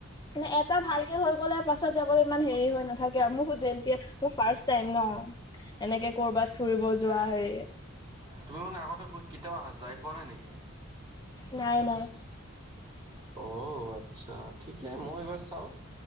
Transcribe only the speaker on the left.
মানে এটা ভালকে হৈ গ'লে আৰু পাছত যাবলে ইমান হেৰি হৈ নাথাকে আৰু মোহু যেন। এতিয়া মো ফাৰ্ষ্ট টাইম ন? এনেকে কৰবাত ফুৰিব যোৱা হেৰি।
নাই নাই।